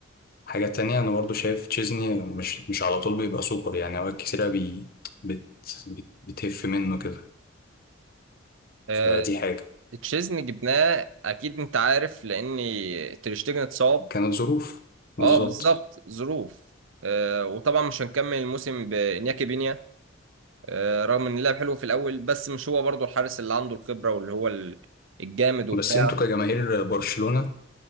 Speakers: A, on the left; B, on the right.
A: حاجه تانية انا برضو شايف تشيزني مش مش على طول بيبقى سوبر يعني اوقات كتيره بي بت بت بتهف منه كده
B: آه،
A: فدي حاجه
B: تشيزني جبناه اكيد انت عارف لان تريشتجن اتصاب
A: كانت ظروف بالظبط
B: اه بالظبط ظروف آه وطبعا مش هنكمل الموسم بانياكي بينيا آه رغم ان اللعب حلو في الاول بس مش هو برضو الحارس اللي عنده الخبره واللي هو ال- الجامد وبتاع
A: بس انتوا كجماهير برشلونه